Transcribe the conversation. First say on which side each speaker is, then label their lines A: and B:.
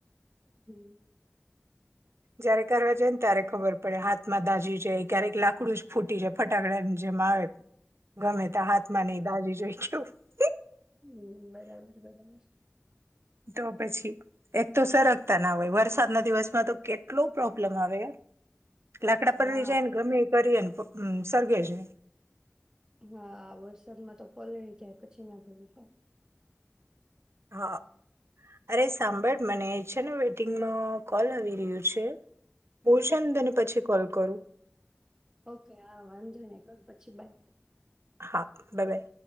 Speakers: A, on the right; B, on the right.
A: હમ્મ.
B: જયારે કરવા જાય ને ત્યારે ખબર પડે હાથમાં દાઝી જાય, ક્યારેક લાકડું જ ફૂટી જાય, ફટાકડા જેમ આવે ગમે તા હાથમાં નઈ દાજી જોઈ છું તું
A: હમ બરાબર બરાબર.
B: તો પછી, એક તો સરગતા ના હોય વરસાદના દિવસમાં તો કેટલો પ્રોબ્લમ આવે યાર લાકડા પલડી
A: હા.
B: જાય ને ગમે એ કરીએ ન તો ઉમ્મ સરગે છે.
A: હા, વરસાદમાં તો પલળી જાય, પછી ના ભલી થાય.
B: હા, અરે સાંભળ મને છે વેટિંગમાં કોલ આવી રહ્યું છે, હું છેન તને પછી કોલ કરું.
A: ઓકે, હા વાંધો નઈ, કર પછી બાઇ.
B: હા, બબાઈ.